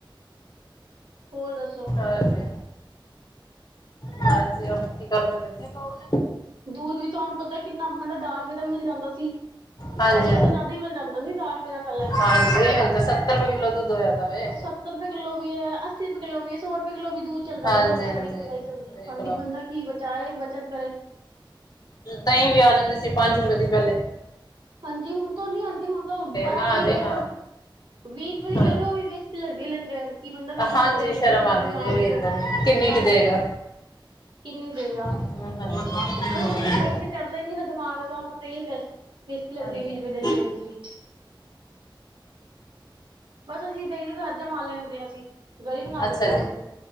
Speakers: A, on the right; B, on the left.
A: ਹੋਰ ਦੱਸੋ?
B: ਹਾਂਜੀ ਹਾਂਜੀ ਕੀ ਕਰਨਾ <unintelligible>
A: ਦੂਧ ਵੀ ਤੁਹਾਨੂੰ ਪਤਾ ਕਿੰਨਾ ਮਤਲਬ ਦ ਰੁਪਏ ਦਾ ਮਿਲ ਜਾਂਦਾ ਸੀ।
B: ਹਾਂਜੀ ਹਾਂਜੀ
A: ਪਾਈਆ ਤੋਂ ਜਾਦਾ ਹੀ ਮਿਲ ਜਾਂਦਾ ਸੀ ਦਾਅ ਰੁਪਏ ਦਾ ਪੇਲੇ।
B: ਹਾਂਜੀ ਹੁਣ ਤੇ ਰੁਪਏ ਕਿਲੋ ਦੁੱਧ ਹੋਇਆ ਦਾ ਵੇ
A: ਸੱਤਰ ਰੁਪਏ ਕਿੱਲੋ ਵੀ ਹੈ, ਅੱਸੀ ਰੁਪਏ ਕਿੱਲੋ ਵੀ ਹੈ, ਸੌ ਰੁਪਏ ਕਿਲੋ ਵੀ ਦੂਰ ਚੱਲਦਾ
B: ਹਾਂਜੀ
A: ਪਿਆ ਹੁਣ ਤਾਂ
B: ਹਾਂਜੀ
A: ਬੜੀ ਮਹਿੰਗਾਈ ਚੱਲਦੀ
B: ਵੇਖ
A: ਹਾਂਜੀ ਬੰਦਾ ਕੀ ਬਚਾਏ ਬੱਚਤ ਕਰੇ।
B: ਦਹੀ ਵੀ ਆ ਜਾਂਦੇ ਸੀ ਪੰਜ ਰੁਪਏ ਦੀ ਪਹਲੇ।
A: ਹਾਂਜੀ ਹੁਣ ਤੋਂ ਨੀ ਆਉਂਦੀ ਹੁਣ ਤੋ ਦਾਅ
B: ਨਾ
A: ਵੀਹ
B: ਜੀ
A: ਰੁਪਏ
B: ਨਾ
A: ਤੋਂ ਵੀਹ ਰੁਪਏ ਦੀ
B: ਹਾਂ
A: ਲੈ ਲਓ ਉਹ ਵੀੇ ਬੇਸਤੀ ਲਗਦੀ ਲੈਂਦੇ ਹੋਏ ਕਿ ਬੰਦਾ ਵੀਹ
B: ਹਾਂਜੀ
A: ਰੁਪਏ ਦੀ ਦਹੀ ਲਈਏ
B: ਸ਼ਰਮ
A: ਇੰਨੀ
B: ਆਉਂਦੀ
A: ਵੱਡੀ ਦੁਕਾਨ
B: ਜੀ
A: ਤੇ ਜਾ
B: ਰੁਪਏ ਦੀ ਕਿੰਨੀ
A: ਹਾਂਜੀ
B: ਕੁ ਦੇਗਾ
A: ਕਿੰਨੀ ਦੇ ਆ।
B: ਹਾਂ, ਹਾਂ। ਭੀੜ
A: ਬਸ
B: ਹੋ
A: ਬੰਦਾ
B: ਰਹੀ ਹੈ
A: ਸੋਚ ਕੇ ਚੜ੍ਹਦਾ ਹੀ ਨ ਫਿਰ ਦੁਕਾਨ ਤੁਹਾਨੂੰ ਪਤਾ ਹੀ ਫੇਰ। ਬੇਸਤੀ ਲੱਗਦੀ
B: ਹਾਂਜੀ
A: ਵੀਂ
B: ਹਾਂਜੀ
A: ਰੁਪਏ ਦਈ ਲੈਣ ਚ ਵੀ। ਬਸ ਅਸੀਂ ਦਹੀਂ ਦੇ ਘਰ ਜਮਾ ਲੈਂਦੇ ਹਾਂ ਅਸੀਂ ਗਰੀ ਬਣਾ ਲੈਂਦੇ
B: ਅੱਛਾ ਜੀ
A: ਹਸੀਂ ਤੋਂ